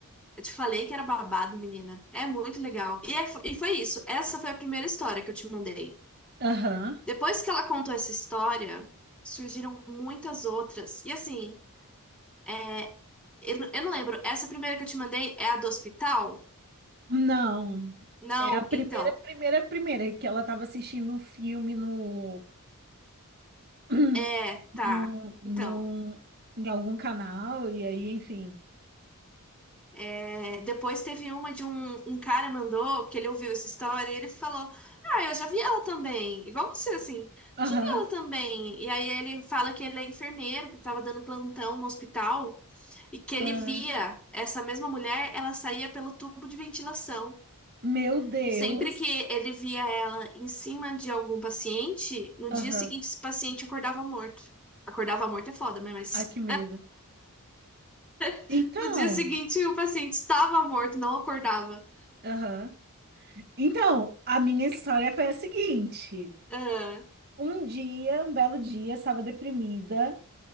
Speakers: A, in the centre; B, on the right.
A: Eu te falei que era babado, menina. É muito legal. E, é- e foi isso. Essa foi a primeira história que eu te mandei.
B: Aham.
A: Depois que ela contou essa história, surgiram muitas outras. E assim, é, eu, não- eu não lembro. Essa primeira que eu te mandei é a do hospital?
B: Não.
A: Não,
B: É a primeira,
A: então.
B: primeira, primeira que ela estava assistindo um filme no, <clears throat>
A: É, tá.
B: no, no,
A: Então.
B: em algum canal, e aí, enfim.
A: É, depois teve uma de um, um cara mandou, que ele ouviu essa história, e ele falou: Ah, eu já vi ela também, igual você, assim,
B: Aham,
A: já vi ela também. E aí ele fala que ele é enfermeiro, que estava dando plantão no hospital, e que ele
B: aham.
A: via essa mesma mulher, ela saía pelo tubo de ventilação.
B: Meu Deus.
A: E sempre que ele via ela em cima de algum paciente, no
B: Aham.
A: dia seguinte esse paciente acordava morto. Acordava morto é foda, né? Mas
B: Ai, que medo.
A: <laughs>
B: Então,
A: no dia seguinte o paciente estava morto, não acordava.
B: aham. Então, a minha história foi a seguinte.
A: Aham.
B: Um dia, um belo dia, estava deprimida.